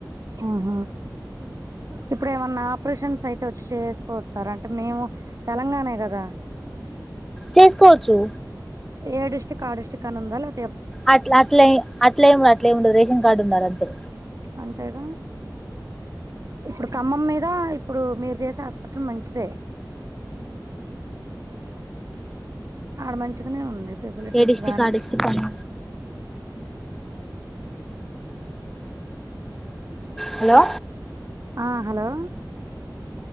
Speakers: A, on the right; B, in the centre.
A: ఆహ ఇప్పుడు ఏమన్నా ఆపరేషన్స్ అయితే వచ్చి చేసుకోవచ్చారా అంటే మేము తెలంగాణ కదా
B: చేసుకోవచ్చు
A: ఏ డిస్ట్రిక్ట్ కి ఆ డిస్ట్రిక్ట్ అని ఉందా లేక
B: అట్ అట్ల అట్లా ఏముండ అట్ల ఏముండదు రేషన్ కార్డు ఉండాలా అంతే
A: అంతేగా ఇప్పుడు ఖమ్మం మీద ఇప్పుడు మీరు చేసే హాస్పిటల్ మంచిదే ఆడ మంచిగానే ఉంది ఫెసిలిటీస్
B: ఏ డిస్ట్రిక్ట్
A: గానీ
B: ఆ డిస్ట్రిక్ట్ అని హలో
A: ఆ హలో